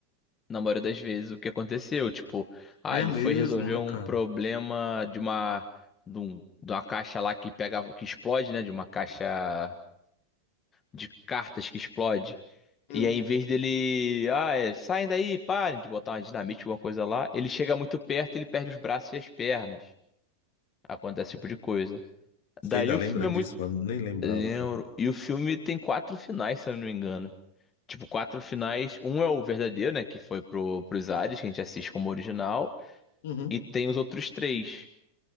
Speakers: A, on the left (about 25°); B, on the left (about 55°).
A: na maioria das vezes o que aconteceu. Tipo, ah,
B: É
A: ele
B: mesmo,
A: foi resolver
B: né,
A: um
B: cara?
A: problema de uma de, um- de uma caixa lá que pega que explode, né? De uma caixa de cartas que explode.
B: Hum.
A: E aí, em vez dele, ah, é, saem daí, parem de botar uma dinamite, alguma coisa lá, ele chega muito perto, ele perde os braços e as pernas. Acontece esse tipo de coisa.
B: Você
A: Daí
B: ainda
A: o
B: lembra
A: filme
B: disso,
A: é muito
B: mano? Nem lembrava,
A: Lembro.
B: cara.
A: E o filme tem quatro finais, se eu não me engano. Tipo, quatro finais. Um é o verdadeiro, né? Que foi pro, pros ares, que a gente assiste como original.
B: Uhum.
A: E tem os outros três,